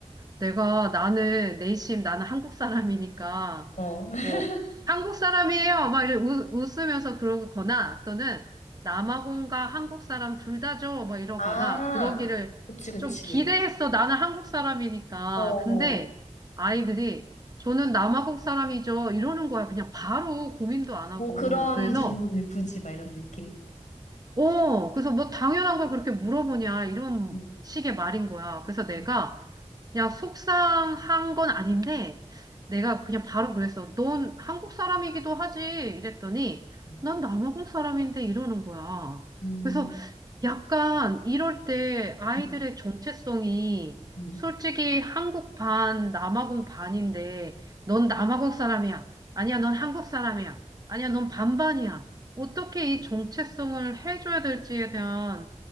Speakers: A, on the right; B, on the left.
A: 내가 나는 내심 나는 한국 사람이니까
B: 어. <laughs>
A: 뭐 한국 사람이에요 막 이래 웃, 웃으면서 그러거나 또는 남아공과 한국 사람 둘 다죠 막 이러거나
B: 아,
A: 그러기를
B: 그치, 그치.
A: 좀 기대했어 나는 한국 사람이니까
B: 어, 어.
A: 근데 아이들이 저는 남아공 사람이죠 이러는 거야 그냥 바로 고민도 안 하고
B: 뭐 그런
A: 그래서
B: 질문을 굳이 막 이런 느낌.
A: 어, 그래서 뭐 당연한 걸 그렇게 물어보냐, 이런
B: 음,
A: 식의 말인 거야. 그래서 내가
B: 음,
A: 그냥 속상한 건 아닌데, 내가 그냥 바로 그랬어. 넌 한국 사람이기도 하지. 이랬더니,
B: 음,
A: 난 남아공 사람인데 이러는 거야.
B: 음,
A: 그래서 약간 이럴 때 아이들의
B: 음.
A: 정체성이
B: 음.
A: 솔직히 한국 반, 남아공 반인데 넌 남아공 사람이야. 아니야, 넌 한국 사람이야. 아니야, 넌 반반이야. 어떻게 이 정체성을 해줘야 될지에 대한